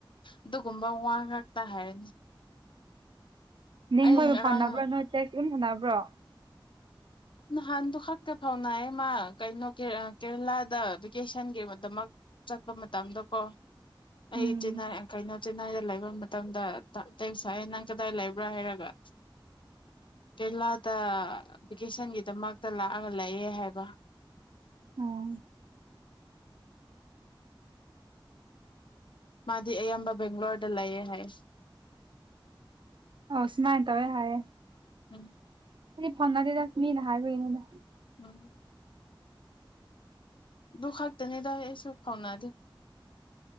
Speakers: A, on the left; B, on the right.
A: ꯑꯗꯨꯒꯨꯝꯕ ꯋꯥ ꯉꯥꯛꯇ ꯍꯥꯏꯔꯅꯤ
B: ꯅꯤꯡꯤꯡꯡ
A: ꯑꯩ
B: ꯀꯣ
A: ꯉꯔꯥꯡ
B: ꯊꯥꯎꯅꯥ ꯕꯔꯅ ꯏ ꯊꯥꯟꯅꯥ ꯕ꯭ꯔꯣ
A: ꯅꯍꯥꯟꯗꯨꯣ ꯈꯛꯇ ꯐꯥꯎꯅꯌꯦꯃ ꯀꯩꯅꯣ ꯀꯦꯔꯂꯥꯗ ꯚꯦꯀꯦꯁꯟꯒꯤꯗꯃꯛ ꯆꯠꯄ ꯃꯇꯝꯗꯣꯀꯣ
B: ꯎꯝ
A: ꯑꯩ ꯆꯤꯏ ꯀꯩꯅ ꯆꯤꯟꯅꯥꯏꯗ ꯂꯩꯒ ꯃꯇꯝꯗ ꯑꯇꯩꯁꯥꯏ ꯅꯪ ꯀꯗꯥꯏ ꯂꯩꯕ꯭ꯔꯥ ꯍꯥꯏꯔꯒ ꯀꯦꯔꯂꯥꯗ ꯚꯦꯀꯦꯁꯟꯒꯤꯗꯃꯛꯇ ꯂꯥꯛꯑꯒ ꯂꯥꯛꯑꯦ ꯍꯥꯏꯕ
B: ꯎꯝ
A: ꯃꯥꯗꯤ ꯑꯌꯥꯝꯕ ꯕꯦꯡꯒ꯭ꯂꯣꯔꯗ ꯂꯩꯌꯦꯦ ꯍꯥꯏ
B: ꯑꯧꯁꯃꯥꯏ ꯇꯋꯦ ꯍꯥꯏꯌꯦ
A: ꯎꯝ
B: ꯁꯤꯗꯤ ꯐꯣꯟꯉꯗꯤꯗꯁꯃꯤ ꯅꯍꯥꯏꯔꯒꯅꯤ
A: ꯎꯝ ꯗꯨ ꯈꯛꯇꯅꯤꯗ ꯑꯩꯁꯨ ꯐꯥꯎꯅꯔꯤ